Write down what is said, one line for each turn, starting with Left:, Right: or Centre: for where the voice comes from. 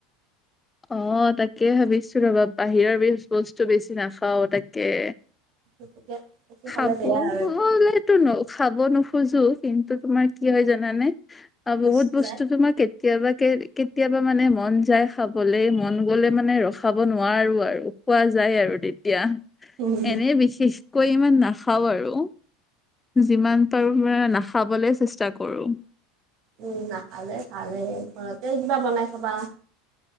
Left: অ'! তাকে ভাবিছোঁ! ৰ'বা, বাহিৰৰ বে-বস্তু বেছি নাখাওঁ, তাকে।
Right: সেই, তেতিয়া। বেছি
Left: খাব
Right: খালে বেয়া আৰু
Left: হলেতো, ন' খাব নোখোজোঁ। কিন্তু, তোমাৰ কি হয়, জানানে? অ'! বহুত
Right: ইচ্ছা
Left: বস্তু
Right: যায়
Left: তোমাক, কে কেতিয়াবাকে, কেতিয়াবা মানে, মন যায় খাবলে! মন গ'লে মানে, ৰখাব নোৱাৰো আৰু। খোৱা যায় আৰু তেতিয়া।
Right: উম
Left: এনে, বিশেষকৈ ইমান নাখাওঁ আৰু। যিমান পাৰোঁ, তোমাৰ নাখাবলৈ চেষ্টা কৰোঁ।
Right: উম! নাখালে ভালে। ঘৰতে কিবা বনাই খাবা?